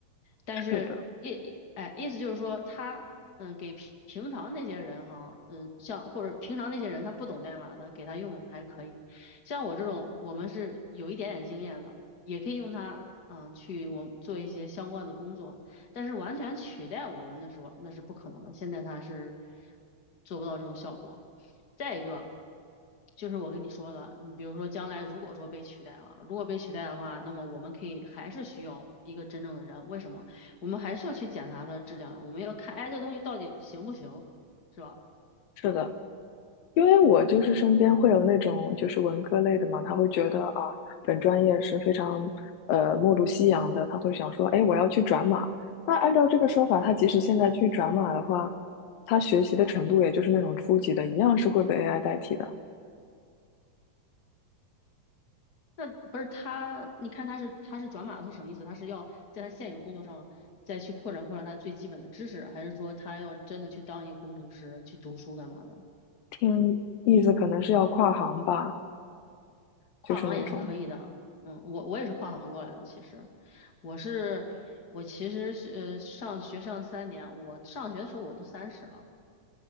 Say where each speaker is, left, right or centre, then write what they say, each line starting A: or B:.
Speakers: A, on the left; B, on the left.
A: 但是意意哎，
B: 是的，
A: 意思就是说他嗯，给平平常那些人哈，嗯，像或者平常那些人他不懂代码的，给他用还可以。像我这种，我们是有一点点经验的，也可以用它，嗯，去我们做一些相关的工作。但是完全取代我们那是完那是不可能的，现在它是做不到这种效果。再一个，就是我跟你说的，你比如说将来如果说被取代了，如果被取代的话，那么我们可以还是需要一个真正的人。为什么？我们还是要去检查它的质量啊，我们要看，哎，这东西到底行不行，是吧？
B: 是的，因为我就是身边会有那种就是文科类的嘛，他会觉得啊，本专业是非常呃末路夕阳的，他会想说，哎，我要去转码。那按照这个说法，他即使现在去转码的话，他学习的程度也就是那种初级的，一样是会被 AI 代替的。
A: 那不是他，你看他是他是转码，他是什么意思？他是要在他现有的工作上再去扩展扩展他最基本的知识，还是说他要真的去当一个工程师去读书干嘛的？
B: 听意思可能是要跨行吧，
A: 跨行也是可以的啊，
B: 就是那种
A: 嗯，我我也是跨行过来的，其实我是我其实是呃上学上三年，我上学的时候我都三十了，